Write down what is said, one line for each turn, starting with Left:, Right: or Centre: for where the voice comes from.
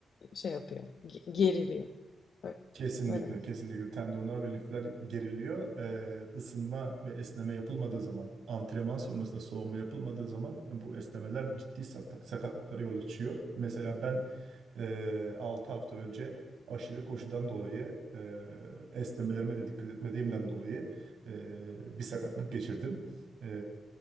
Left: şey yapıyor, ge- geriliyor. Böyle,
Right: Kesinlikle,
Left: böyle mi?
Right: kesinlikle tendonlar ve lifler geriliyor. Ee, ısınma ve esneme yapılmadığı zaman, antrenman sonrasında soğuma yapılmadığı zaman bu esnemeler ciddi sakat- sakatlıklara yol açıyor. Mesela ben e, 6 hafta önce aşırı koşudan dolayı, e, esnemelerime de dikkat etmediğimden dolayı e, bir sakatlık geçirdim. E,